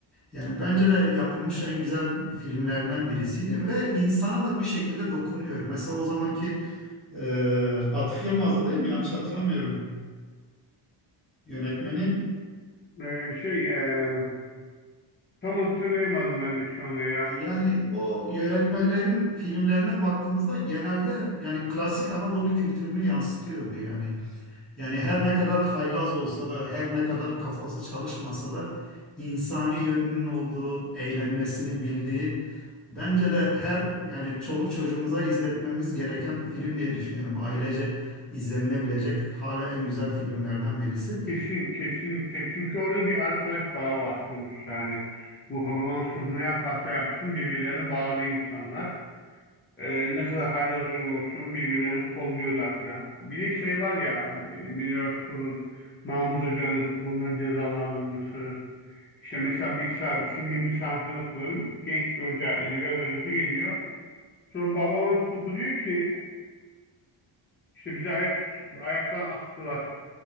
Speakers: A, in the centre; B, on the left.
A: yani bence de yapılmış en güzel filmlerinden birisiydi ve insana da bir şekilde dokunuyor. Mesela o zamanki e, Atıf Yılmaz'dı değil mi? Yanlış hatırlamıyorum yönetmeni.
B: Ee, şey e, tam hatırlayamadım ben de şu anda ya.
A: Yani o yönetmenlerin filmlerine baktığımızda genelde yani klasik Anadolu kültürünü yansıtıyordu yani. Yani her ne kadar haylaz olsa da, her ne kadar kafası çalışmasa da insani yönünün olduğu, eğlenmesini bildiği bence de her yani çoluk çocuğumuza izletmemiz gereken film diye düşünüyorum. Ailece izlenilebilecek hala en güzel filmlerden birisi.
B: Kesin, kesinlikle. Çünkü orada bir arkadaş bağı var sonuçta hani. Bu Hababam sınıfı ne yaparsa yapsın birbirlerine bağlı insanlar. Ee, ne kadar hale zor olsun birbirlerini kolluyorlar filan. Bir de şey var ya hani Münir Özkul'un, Mahmut Hoca'nın bunları cezalandırması. İşte mesela bir sa- filmin bir sahnesini hatırladım. Genç bir hoca, edebiyat hocası geliyor. Sonra babamın sınıfı diyor ki işte bizi ayak, ayaktan astılar.